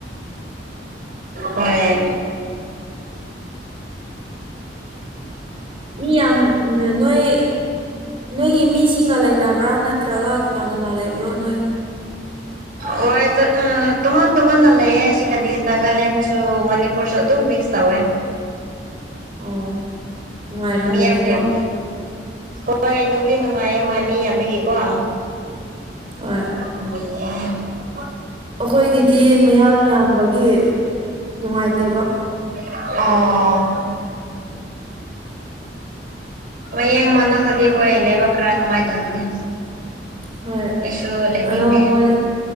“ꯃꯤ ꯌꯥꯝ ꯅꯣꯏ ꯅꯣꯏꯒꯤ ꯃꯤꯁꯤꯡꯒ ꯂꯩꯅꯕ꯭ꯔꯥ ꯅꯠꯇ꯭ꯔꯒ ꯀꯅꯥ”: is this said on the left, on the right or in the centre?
Right